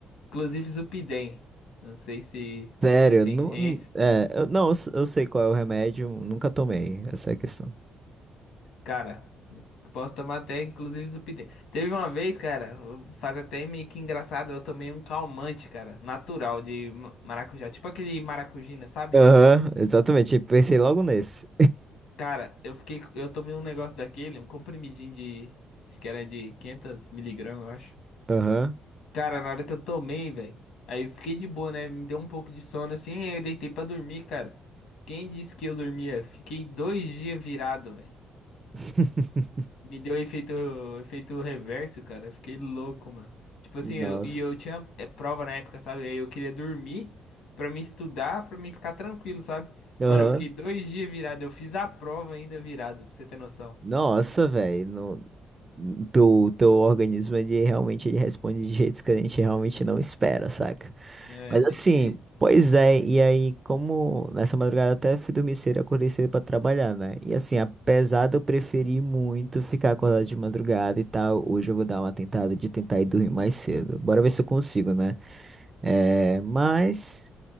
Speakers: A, on the left (about 80°); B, on the right (about 25°).
A: Inclusive Zupidem. Não sei se
B: Sério,
A: você tem
B: não,
A: ciência.
B: não- é, eu, não, eu, s- eu sei qual é o remédio, nunca tomei, essa é a questão.
A: Cara, eu posso tomar até inclusive Zupidem. Teve uma vez, cara, faz até meio que engraçado, eu tomei um calmante, cara, natural de ma- maracujá. Tipo aquele maracujina, sabe?
B: Aham, exatamente, pensei logo nesse.
A: Cara, eu fiquei, eu tomei um negócio daquele, um comprimidinho de, acho que era de 500 miligramas, eu acho.
B: Aham.
A: Cara, na hora que eu tomei, velho, aí eu fiquei de boa, né? Me deu um pouco de sono assim, aí eu deitei pra dormir, cara. Quem disse que eu dormia? Fiquei dois dias virado, velho.
B: <laughs>
A: Me deu efeito, efeito reverso, cara. Eu fiquei louco, mano. Tipo assim,
B: Nossa.
A: eu, e eu tinha é, prova na época, sabe? Aí eu queria dormir pra me estudar, pra me ficar tranquilo, sabe?
B: Aham.
A: Mano, eu fiquei dois dias virado. Eu fiz a prova ainda virado, pra você ter noção.
B: Nossa, velho. Teu, teu organismo, ele realmente ele responde de jeitos que a gente realmente não espera, saca?
A: É,
B: Mas
A: desse
B: assim,
A: jeito.
B: pois é, e aí, como nessa madrugada até fui dormir cedo, acordei cedo pra trabalhar, né? E assim, apesar de eu preferir muito ficar acordado de madrugada e tal, hoje eu vou dar uma tentada de tentar ir dormir mais cedo. Bora ver se eu consigo, né? É, mas.